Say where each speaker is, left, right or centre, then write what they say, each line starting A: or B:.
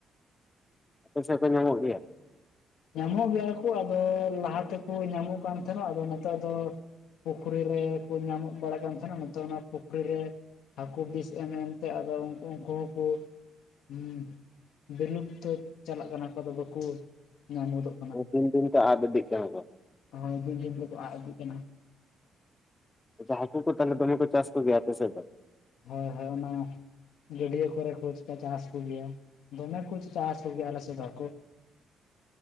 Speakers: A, on the left; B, on the left.
A: ᱟᱯᱮ ᱥᱮᱫ ᱫᱚ ᱧᱟᱢᱚᱜ ᱜᱮᱭᱟ?
B: ᱧᱟᱢᱚᱜ ᱜᱮᱭᱟ ᱠᱩ ᱟᱫᱚ ᱞᱟᱦᱟ ᱛᱮᱠᱩ ᱧᱟᱢᱚᱜ ᱠᱟᱱ ᱛᱟᱦᱮᱱᱚᱜ ᱟᱫᱚ ᱱᱮᱛᱟᱨ ᱫᱚ ᱯᱩᱠᱷᱨᱤ ᱨᱮ ᱠᱩ ᱧᱟᱢᱚᱜ ᱵᱟᱲᱟᱜ ᱠᱟᱱ ᱛᱟᱦᱮᱱᱟ ᱱᱤᱛᱚᱜ ᱚᱱᱟ ᱯᱩᱠᱷᱨᱤ ᱨᱮ ᱦᱟᱹᱠᱩ ᱵᱤᱥ ᱮᱢ ᱮᱢᱛᱮ ᱟᱫᱚ ᱩᱱᱠᱩ ᱦᱚᱸᱠᱚ ᱦᱩᱸ ᱵᱤᱞᱩᱯᱛᱚ ᱪᱟᱞᱟᱜ ᱠᱟᱱᱟ ᱟᱫᱚ ᱵᱟᱠᱩ ᱧᱟᱢ ᱜᱚᱫᱚᱜ
A: ᱫᱤᱱ ᱫᱤᱱ ᱛᱮ ᱟᱫ ᱤᱫᱤᱜ ᱠᱟᱱᱟ ᱠᱚ᱾
B: ᱦᱚᱭ ᱫᱤᱱ ᱫᱤᱱ ᱛᱮᱠᱚ ᱟᱜ ᱤᱫᱤᱜ ᱠᱟᱱᱟ᱾
A: ᱟᱪᱪᱷᱟ ᱦᱟᱹᱠᱩ ᱠᱚ ᱛᱟᱦᱚᱞᱮ ᱫᱚᱢᱮ ᱠᱚ ᱪᱟᱥ ᱠᱚᱜᱮᱭᱟ ᱟᱯᱮ ᱥᱮᱫ ᱫᱚ?
B: ᱦᱳᱭ ᱦᱳᱭ ᱚᱱᱟ ᱜᱟᱹᱰᱭᱟᱹ ᱠᱚᱨᱮ ᱠᱚ ᱪᱟ-ᱪᱟᱥ ᱠᱚᱜᱮᱭᱟ ᱫᱚᱢᱮ ᱠᱩ ᱪᱟᱥ ᱠᱚᱜᱮᱭᱟ ᱟᱞᱮ ᱥᱮᱫ ᱫᱚ ᱦᱟᱠᱳ